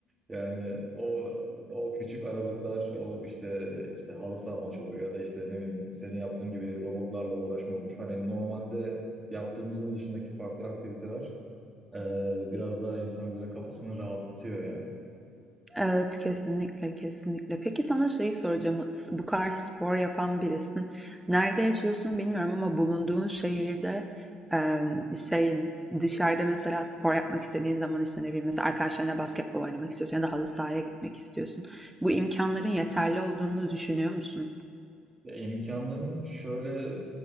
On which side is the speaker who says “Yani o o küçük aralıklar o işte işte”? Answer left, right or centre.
Right